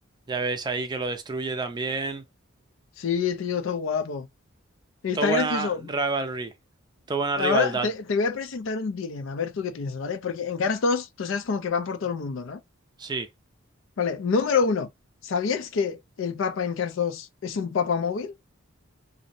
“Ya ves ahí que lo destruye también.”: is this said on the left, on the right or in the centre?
Right